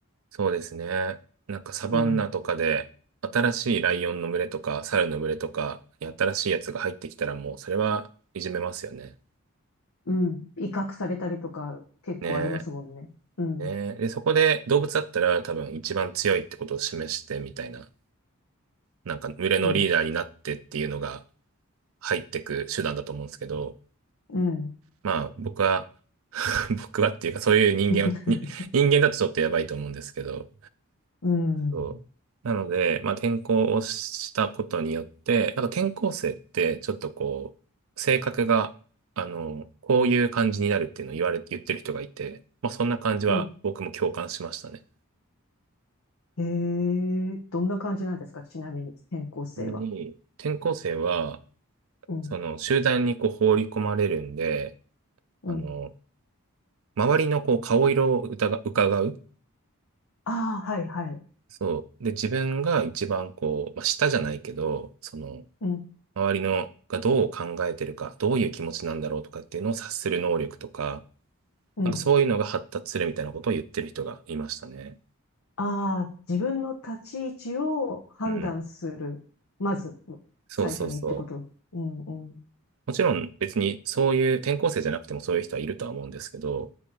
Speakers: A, on the right (about 70°); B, on the left (about 80°).
A: そうですね。なんかサバンナとかで、
B: うん。
A: 新しいライオンの群れとか、猿の群れとかに新しいやつが入ってきたらもう、それはいじめますよね。
B: うん。威嚇されたりとか結構ありますもんね。
A: ね
B: うん。
A: ねえ、で、そこで動物だったら多分一番強いってことを示してみたいな、なんか群れのリーダーになってっていうのが
B: うん。
A: 入ってく手段だと思うんですけど、
B: うん。
A: まあ僕は、<laughs> 僕はっていうかそういう人間を、
B: <laughs>
A: に人間だとちょっとやばいと思うんですけど、
B: うん。
A: そう。なので、まあ転校をしたことによって、なんか転校生ってちょっとこう、性格が、あの、こういう感じになるっていうのを言われて、言ってる人がいて、まあそんな感じは僕も共感しましたね。
B: うん。へえ、どんな感じなんですかちなみに、転校生は。
A: ちなみに、転校生は、
B: うん。
A: その集団にこう放り込まれるんで、
B: うん。
A: あの、周りのこう顔色を疑う、伺う。
B: ああ、はい、はい。
A: そう。で、自分が一番こう、まあ、下じゃないけど、その、
B: うん。
A: 周りのがどう考えてるか、どういう気持ちなんだろうとかっていうのを察する能力とか、
B: うん。
A: なんかそういうのが発達するみたいなことを言ってる人がいましたね。
B: ああ、自分の立ち位置を判断する。
A: うん。
B: まず、
A: そうそうそう。
B: 最初にってこと。うん、うん、
A: もちろん別にそういう転校生じゃなくてもそういう人はいるとは思うんですけど、